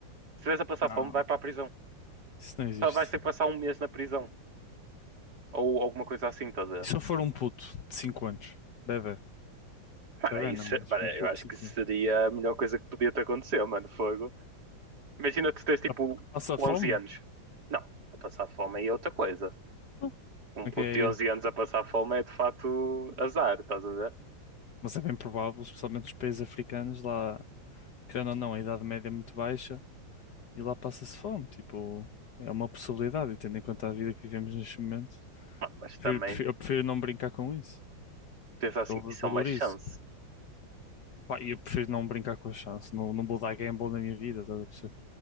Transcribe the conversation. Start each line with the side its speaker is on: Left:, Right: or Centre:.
Right: Se estiveres a passar
Left: Não,
Right: fome, vai para a prisão.
Left: isso não existe.
Right: Só vais ter que passar um mês na prisão. Ou alguma coisa assim, toda.
Left: E se eu for um puto de 5 anos? Bebê.
Right: Mano,
Left: Bebê
Right: é isso,
Left: não, mas
Right: mano,
Left: um
Right: eu
Left: puto
Right: acho
Left: de 5
Right: que seria
Left: anos.
Right: a melhor coisa que podia te acontecer, mano, fogo. Imagina tu tens tipo
Left: Ah, que Passa
Right: 11
Left: fome?
Right: anos. Não, a passar fome aí é outra coisa.
Left: Então,
Right: um
Left: como
Right: puto
Left: é que é?
Right: de 11 anos a passar fome é de facto azar, estás a ver?
Left: Mas é bem provável, especialmente nos países africanos, lá, querendo ou não, a idade média é muito baixa e lá passa-se fome. Tipo, é uma possibilidade, e tendo em conta a vida que vivemos neste momento,
Right: Mas
Left: prefiro-
Right: também
Left: prefiro- eu prefiro não brincar com isso.
Right: pensa assim,
Left: Eu
Right: isso
Left: valorizo.
Right: é uma chance.
Left: Pá, e eu prefiro não brincar com a chance. Não, não vou dar gamble na minha vida, estás a perceber?